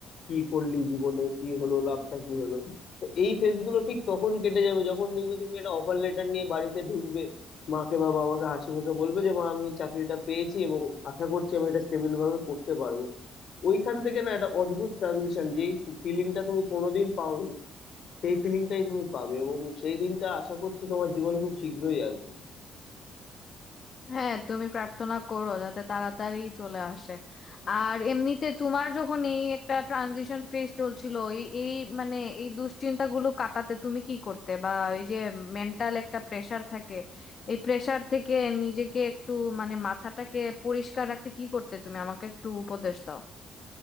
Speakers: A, on the left; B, on the left.
A: কি করলি জীবনে কি হলো লাভটা কি হলো তো এই ফেজ গুলো ঠিক তখন কেটে যাবে যখন দেখবে তুমি একটা অফার লেটার নিয়ে বাড়িতে ঢুকবে মাকে বা বাবাকে হাসি মুখে বলবে যে মা আমি এই চাকরিটা পেয়েছি এবং আশা করছি আমি এটা স্টেবল ভাবে করতে পারবো ওইখান থেকে না একটা অদ্ভুত ট্রানজিশন যেই ফিলিংটা তুমি কোনোদিন পাওনি সেই ফিলিংটাই তুমি পাবে এবং সেই দিনটা আশা করছি তোমার জীবনে খুব শীঘ্রই আসবে
B: হ্যাঁ তুমি প্রার্থনা করো যাতে তাড়াতাড়ি চলে আসে আর এমনিতে তোমার যখন এই একটা ট্রানজিশন ফেজ চলছিল এই এই মানে এই দুশ্চিন্তাগুলো কাটাতে তুমি কি করতে বা এই যে মেন্টাল একটা প্রেসার থাকে এই প্রেসার থেকে নিজেকে একটু মানে মাথাটাকে পরিষ্কার রাখতে কি করতে তুমি আমাকে একটু উপদেশ দাও